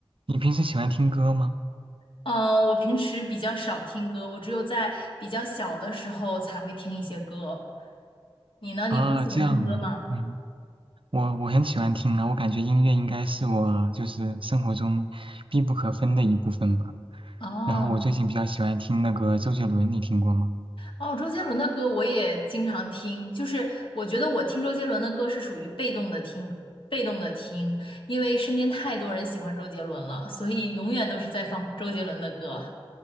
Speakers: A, on the right (about 70°); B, on the left (about 65°).
A: 你平时喜欢听歌吗？
B: 呃，我平时比较少听歌，我只有在比较小的时候才会听一些歌。你呢？
A: 啊，
B: 你会喜欢听歌吗？
A: 这样啊，嗯，我我很喜欢听啊，我感觉音乐应该是我就是生活中必不可分的一部分吧。
B: 哦
A: 然后我最近比较喜欢听那个周杰伦，你听过吗？
B: 哦，周杰伦的歌我也经常听，就是我觉得我听周杰伦的歌是属于被动的听，被动的听，因为身边太多人喜欢周杰伦了，所以永远都是在放周杰伦的歌。